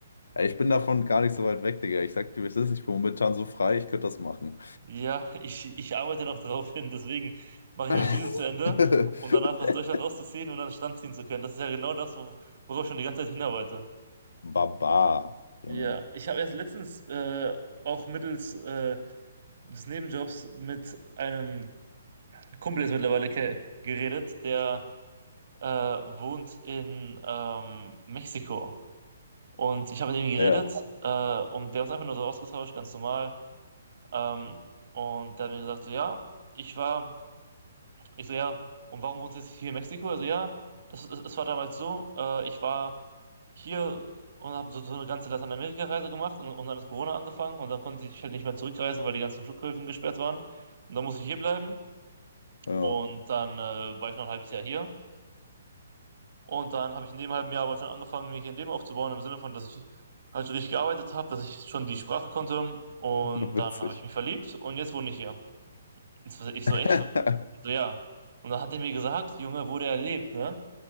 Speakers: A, on the left (about 85°); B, on the right (about 60°).
A: Ey, Ich bin davon gar nicht so weit weg, Digga. Ich sag dir, wie es ist. Ich bin momentan so frei, ich könnte das machen.
B: Ja, ich, ich arbeite noch drauf hin, deswegen mache ich
A: <laughs>
B: mein Studium zu Ende, um danach aus Deutschland auszuziehen und an den Strand ziehen zu können. Das ist ja genau das, wo- worauf ich schon die ganze Zeit hinarbeite.
A: Baba, Junge.
B: Ja, ich habe erst letztens äh, auch mittels äh, des Nebenjobs mit einem Kumpel jetzt mittlerweile ke- geredet, der äh, wohnt in ähm, Mexiko. Und ich habe mit ihm geredet
A: Ja,
B: äh, und wir haben uns einfach nur so ausgetauscht, ganz normal. Ähm, und der hat mir gesagt, so ja, ich war, ich so ja, und warum wohnst du jetzt hier in Mexiko? Also ja, das, das, das war damals so, äh, ich war hier und habe so, so eine ganze Lateinamerika-Reise gemacht und, und dann ist Corona angefangen und dann konnte ich halt nicht mehr zurückreisen, weil die ganzen Flughäfen gesperrt waren. Und dann musste ich hier bleiben
A: ja.
B: und dann äh, war ich noch ein halbes Jahr hier. Und dann habe ich in dem halben Jahr aber schon angefangen, mir hier ein Leben aufzubauen, im Sinne von, dass ich halt schon richtig gearbeitet habe, dass ich schon die Sprache konnte und
A: Witzig.
B: dann habe ich mich verliebt und jetzt wohne ich hier. Jetzt war ich so
A: <laughs>
B: echt, so, ich so ja. Und dann hat er mir gesagt, Junge, wo der lebt, ne?